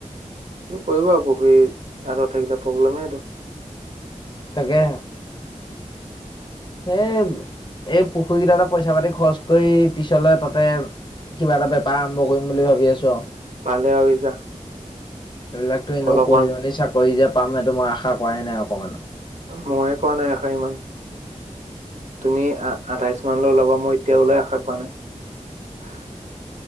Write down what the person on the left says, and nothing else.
তাকে সেই এই পুখুৰীকেইটা এটা পইচা পাতি খৰচ কৰি পিছলে তাতে কিবা এটা বেপাৰ আৰম্ভ কৰিম বুলি ভাবি আছো আউ
এইবিলাকতো এনেও
পঢ়ি শুনি চাকৰি যে পাম সেইটো মই আশা কৰাই নাই অকমানো